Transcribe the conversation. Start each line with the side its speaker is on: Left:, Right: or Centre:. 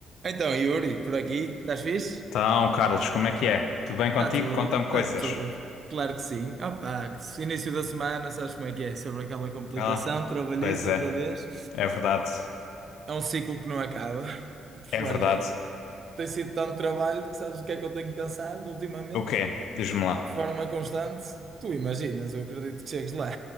Right: Então, Yuri, por aqui, estás fixe?
Left: Então, Carlos, como é que é? Tudo bem contigo?
Right: Está tudo,
Left: Conta-me
Right: está
Left: coisas.
Right: tudo, claro que sim. Opa, que se- início da semana, sabes como é que é? sobre aquela complicação,
Left: Ah,
Right: trabalhito
Left: pois é,
Right: outra vez.
Left: é verdade,
Right: É um ciclo que não acaba. E,
Left: é
Right: Olha,
Left: verdade.
Right: tem sido tanto trabalho que sabes o que é que eu tenho pensado ultimamente,
Left: O quê? Diz-me lá.
Right: de forma constante. Tu imaginas, eu acredito que chegues lá.